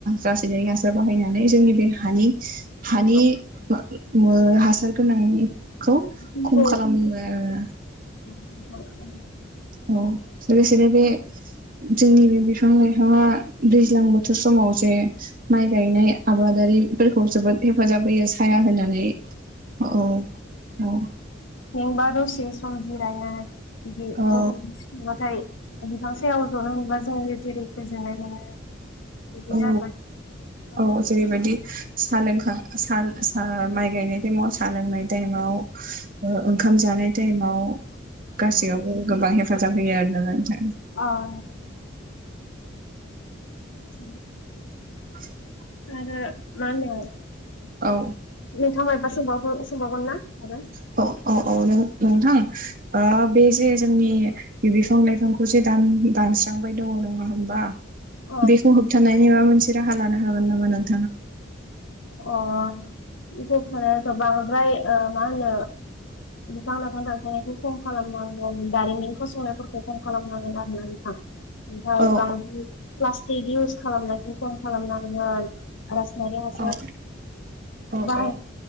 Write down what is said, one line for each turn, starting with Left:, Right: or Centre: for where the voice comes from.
Right: रासायनारि हासार बाहायनानै जोंनि बे हानि हानि
Left: अ,
Right: ओ हासार गोनांनि खौ
Left: जोंखौ
Right: खम खालामो आरो
Left: <inaudible>
Right: अ' लोगोसेनो बे जोंनि बे बिफ बिफां लाइफाङा दैज्लां बोथोर समाव जे माइ गायनाय आबादारिफोरखौ जोबोद हेफाजाब होयो साया होनानै औ औ
Left: मेंबा दसे सम जिरायनाय बिदि
Right: औ
Left: <inaudible> बिफां सायाव ज'नो मोनब्ला जोंङो जेरै गोजोननाय मोनो बिदिनो
Right: औ
Left: आरोना अ
Right: औ जेरैबायदि साहा लोंखां सा सा माइ गायनाय टाइमाव सा लोंनाय टाइमाव ओ ओंखाम जानाय टाइमाव गासैयावबो गोबां हेफाजाब होयो आरो नोंथां
Left: ओम ओम
Right: <inaudible>
Left: आरो मा होनो
Right: औ
Left: नोंथांआ मायबा सोंबावगोन सोंबावगोन ना आरो?
Right: नोंथां औ औ औ नों नोंथां बे जे जोंनि बि बिफां लाइफांखौ जे दान दानस्रांबाय दङ नङा होमबा
Left: अ
Right: बेखौ होबथानायनि माबा मोनसे राहा लानो हागोन नामा नों?
Left: अ' <inaudible> बांद्राय मा होनो? बिफां लाइफां दानफायनायखौ खम खालामनांगोन दारिमिन फसंनायफोरखौ खम खालामनांगोन आरोना नोंथां। ओमफ्राय
Right: औ
Left: बांद्राय प्लास्टिक इउस खालामनायखौ खम खालामनांगोन नायरि हासार
Right: औ औ
Left: बाय
Right: औ